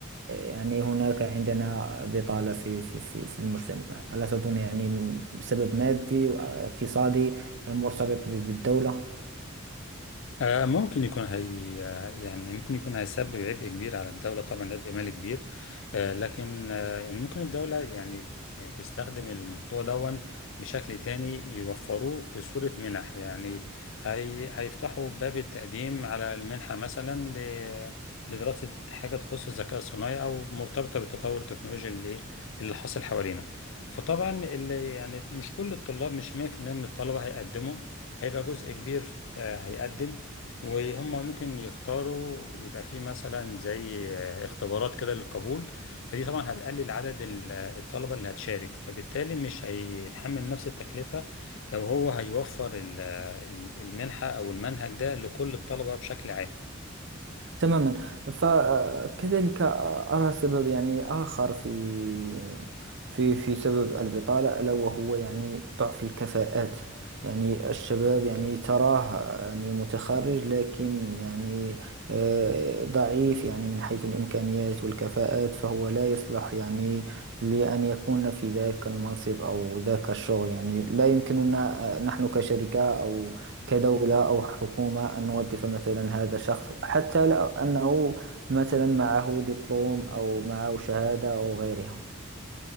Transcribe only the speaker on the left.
آه، ممكن يكون هي آه، يعني ممكن يكون هيسبب عبء كبير على الدولة طبعا عبء مالي كبير آه، لكن آه، يعني ممكن الدولة يعني يعني تستخدم الموضوع دون بشكل تاني يوفروه في صورة منح يعني هي هيفتحوا باب التقديم على المنحة مثلا ل- لدراسة حاجة تخص الذكاء الصناعي أو مرتبطة بالتطور التكنولوجي اللي اللي حاصل حوالينا فطبعا اللي يعني مش كل الطلاب مش 100% من الطلبة هيقدموا هيبقى جزء كبير آه، هيقدم وهم ممكن يختاروا يبقى فيه مثلا زي اختبارات كده للقبول فدي طبعا هتقلل عدد ال- الطلبة اللي هتشارك فبالتالي مش هيتحمل نفس التكلفة لو هو هيوفر ال- ال- المنحة أو المنهج ده لكل الطلبة بشكل عام